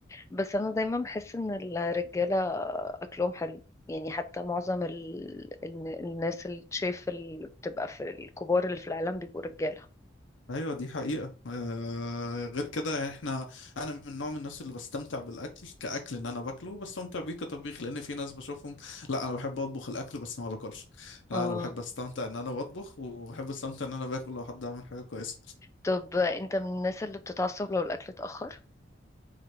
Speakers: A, on the left; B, on the left.
A: بس انا دايما بحس ان الرجاله اكلهم حلو يعني حتى معظم ال... ال- الناس الشيف اللي بتبقى في الكبار اللي في العالم بيبقوا رجاله
B: ايوه دي حقيقة آه غير كده يعني احنا انا من نوع من الناس اللي بستمتع بالاكل كاكل ان انا باكله بستمتع بيه كطبيخ لان في ناس بشوفهم لا انا بحب اطبخ الاكل بس ما باكلش
A: اه
B: لا انا بحب استمتع ان انا بطبخ وبحب استمتع ان انا باكل لو حد عمل حاجة كويسة
A: طب انت من الناس اللي بتتعصب لو الاكل اتاخر